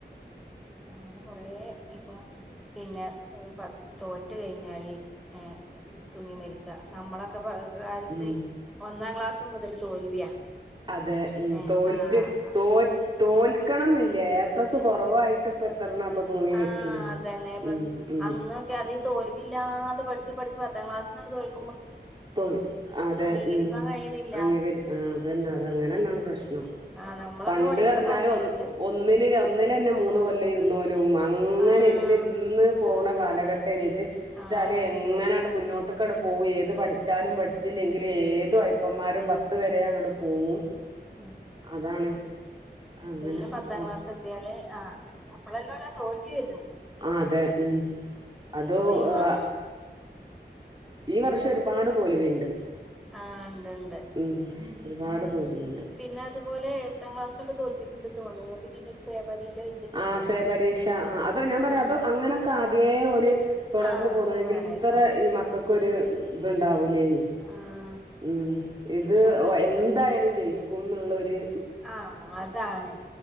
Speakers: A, in the centre; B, on the right.
A: അങ്ങനെ കൊറേ ഇപ്പൊ പിന്നെ പ തോറ്റ് കഴിഞ്ഞാല് ഏഹ് തൂങ്ങി മരിക്ക നമ്മളൊക്കെ കാലത്ത്
B: ഉം
A: ഒന്നാം ക്ലാസ് മുതൽ തോൽവിയാ
B: അതെ ഉം
A: ഏ
B: തോറ്റ്
A: ആഹ്
B: തോ തോൽക്കണം എന്നില്ല എ പ്ലസ് കുറവായിട്ട് ഇപ്പം എത്രണ്ണ പ്പൊ തൂങ്ങി
A: ആഹ്
B: മരിക്ക്ണ്
A: അതന്നെ പ്രശ്
B: ഉം ഉം
A: അന്നൊക്കെ അത് ഈ തോൽവില്ലാതെ പഠിച്ച് പഠിച്ചു പത്താം ക്ലാസ്ന്നങ്ട്ട് തോല്
B: <unintelligible> അതെ
A: അംഗീകരിക്കാൻ
B: ഉം
A: കഴിയണില്ല
B: അംഗീകരി ആ അതന്നെ അത് അങ്ങനെന്നാണ് പ്രശ്നം
A: ആഹ് നമ്മളൊക്കെ
B: പണ്ട്
A: പഠിക്കണ
B: പറഞ്ഞാല്
A: സമയത്ത്
B: ഒ ഒന്നില് ഒന്നിലന്നെ മൂന്ന് കൊല്ലം ഇരുന്നോലും അങ്ങനെ
A: ആഹ്
B: ഇരുന്ന് രുന്ന് പോണ
A: ആഹ്
B: കാലഘട്ടേനി ഇത്
A: ആഹ്
B: ചാല് എങ്ങനട് മുന്നോട്ട്ക്കടെ പോകും ഏത് പഠ പഠിച്ചാലും പഠിച്ചല്ലെങ്കിലും ഏതു ഒയപ്പന്മാരും പത്ത് വരെ അങ്ങട്ട് പോവും
A: ഉം
B: അതാണ് അങ്ങനെ
A: പിന്നെ പത്താം
B: ഓ
A: ക്ലാസ് എത്തിയാല് ആ അപ്പളല്ലോള്ളൂ ആ തോൽവി വര്ണത്
B: ആഹ് അതെ ഉം അതോ
A: ഈ
B: ആ
A: വർഷം
B: ഈ വർഷം
A: ഉണ്ട്
B: ഒരുപാട് തോൽവിണ്ട്
A: ആഹ് ഉണ്ട് ണ്ട്
B: ഉം ഒരുപാട് തോൽവിണ്ട്
A: പിന്നെ അതുപോലെ, എട്ടാം ക്ലാസിലൊക്കെ തോൽപ്പിക്ക്ണ്ട് തോന്ന്ന് ന്ന്ട്ട് പിന്നെ ഒരു സേ പരീക്ഷ എഴ
B: ആഹ്, സേ പരീക്ഷ. ആഹ് അത് ഞാൻ പറയാ
A: ആഹ്
B: അതോ അങ്ങനൊക്കെ ആദ്യേ ഓല് തുടർന്ന്
A: ആഹ്
B: പോന്നീനെങ്കിൽ,
A: അതേ വേണായിരുന്നു
B: ഇത്ര ഈ മ ക്കക്കൊരു ഇത് ഇണ്ടാവുലേയിനി.
A: ആഹ്
B: ഉം. ഇത്
A: അപ്പൊ
B: എന്തായാലും ജയിക്കുംന്നുള്ള ഒര്
A: ആഹ്, അതാണ്.